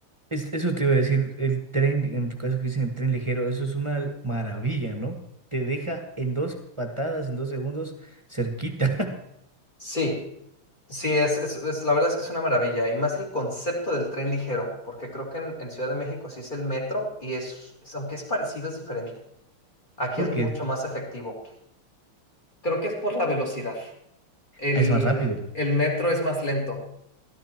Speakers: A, on the right; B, on the left.
A: Es- eso te iba a decir, el tren, en tu caso que dicen el tren ligero, eso es una maravilla, ¿no? Te deja en dos patadas, en dos segundos, cerquita.
B: Sí, sí, es, es, es- la verdad es que es una maravilla. Y más el concepto del tren ligero, porque creo que en, en Ciudad de México sí es el metro y es, es- aunque es parecido, es diferente.
A: <laughs>
B: Aquí
A: porque
B: es mucho más efectivo. Creo que es por la velocidad. El,
A: Es más rápido.
B: el metro es más lento